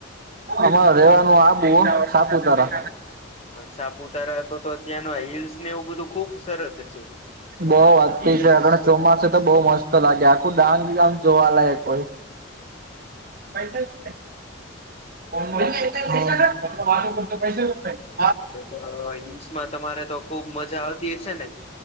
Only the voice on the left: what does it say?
સાપુતારા તો ત્યાંનો હિલ્લ્સ ને એવું બધું. ખુબ સરસ છે
<inaudible>
એ તો હિલ્સમાં તમારે તો ખુબ મજા આવતી હસે ને?